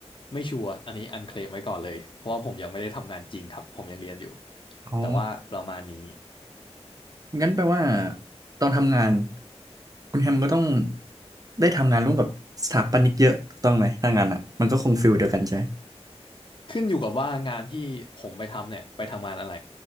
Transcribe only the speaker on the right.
อ๋อ
งั้นแปลว่าตอนทำงานคุณแฮมก็ต้องได้ทำงานร่วมกับสถาปนิกเยอะถูกต้องไหมถ้างานอ่ะมันก็คงฟิลเดียวกันใช่ไหม